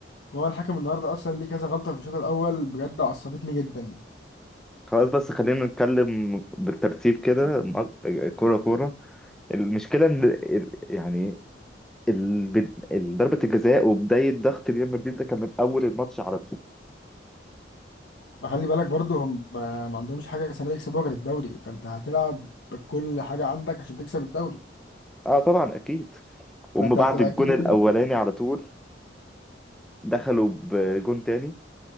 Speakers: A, on the left; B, in the centre.
A: ما هو الحكم النهارده اصلا ليه كذا غلطه في الشوط الاول بجد عصبتني جدا
B: خلاص بس خلينا نتكلم بالترتيب كده كورة كورة المشكله ان ال- يعني ال- بد- ال- ضربه الجزاء وبدايه ضغط ريال مدريد ده كان من اول الماتش على طول
A: وخلي بالك برضه هم ما ما عندهمش حاجه السنه دي يكسبوها غير الدوري فانت هتلعب بكل حاجه عندك عشان تكسب الدوري
B: اه طبعا اكيد وهم
A: فانت
B: بعد
A: هتبقى
B: الجون
A: كده
B: الاولاني على طول دخلوا بجون تاني